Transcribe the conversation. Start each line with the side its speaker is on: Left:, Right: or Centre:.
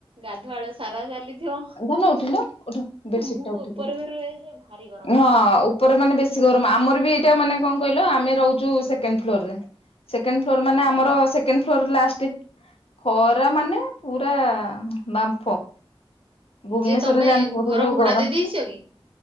Right: ଗାଧୁଆଳ ସାରା ଚାଲି ଥିବ।
Left: ଧନ ଉଠିଲ ଉଠ ବେଡସିଟ
Right: ମୁଁ
Left: ଟା ଉଠେଇଦେ
Right: ଉପର ଘରେ ଯେ ଭାରି ଗରମ।
Left: ହଁ, ଉପରେ ମାନେ ବେଶୀ ଗରମ। ଆମର ବି ଏଇଟା ମାନେ କଣ କହିଲ ଆମେ ରହୁଛୁ ସେକେଣ୍ଡ ଫ୍ଲୋର ରେ? ସେକେଣ୍ଡ ଫ୍ଲୋର ମାନେ
Right: ଓହୋ
Left: ଆମର ସେକେଣ୍ଡ ଫ୍ଲୋର ଲାଷ୍ଟ। ଖରା ମାନେ ପୁରା ବାମ୍ଫ। ଭୁବନେଶ୍ଵରରେ
Right: ଯେ ତମେ
Left: ଜାଣିଥିବ
Right: ଘର
Left: ଯୋଉ
Right: ଭଡା
Left: ଗରମ।
Right: ଦେଇ ଦେଇଛ କି?